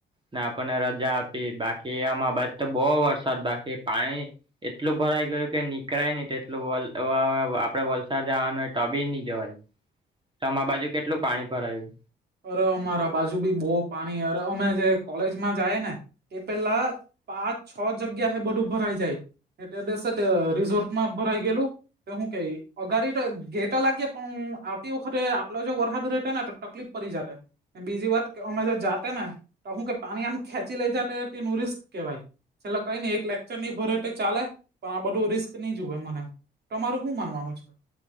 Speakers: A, on the right; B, on the right.
A: ને આપણને રજા આપી બાકી એમાં બાદ તો બહુ વરસાદ બાકી પાણી એટલો ભરાઈ ગયો કે નીકળ ને તેટલું આપડે વલસાડ જવાનું હોય ટોબી નની જવાય. તમા આ બાજુ કેટલું પાણી ભરાયું?
B: અરે અમારા બાજુ બી બહુ પાણી અરે અમે જે કોલેજમાં જાય ને. તે પેલા પાંચ છ જગ્યા હ બધું ભરાઈ જાય. એટલે બેસે રિસોર્ટ માં ભરાઈ ગયેલું. તો હું ક અઘાડી તો ગેટ લાગી પણ આવતી વખતે આપલો જો વરહદ રહેતા ને તકલીફ પરી જાતે બીજી વાત કે અમે જો જાતે ને તો હું કે પાણી આમ ખેંચી લઈ જા તેનું રિસ્ક કેવાય છેલ્લે કઈ નઈ એક લેક્ચર નની ભરે ચાલે પણ આ બધું રિસ્ક નહી જુવે મને તમારું શું માનવાનું છે.